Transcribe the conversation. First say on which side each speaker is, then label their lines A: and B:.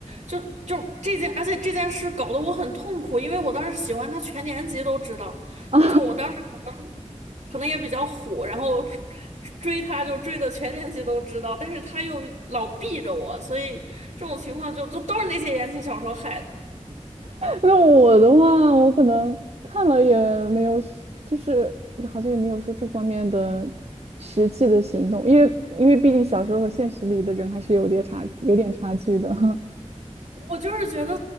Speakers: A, on the right; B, on the right.
A: 就就这件，而且这件事搞得我很痛苦，因为我当时喜欢他，全年级都知道。
B: <laughs> 啊，
A: 就我当时可能也比较虎，然后追他就追的全年级都知道，但是他又老避着我，所以这种情况就就都是那些言情小说害的。
B: 那我的话，我可能看了也没有是就是也好像也没有说这方面的实际的行动，因为因为毕竟小说和现实里的人还是有点差，有点差距的。
A: 我就是觉得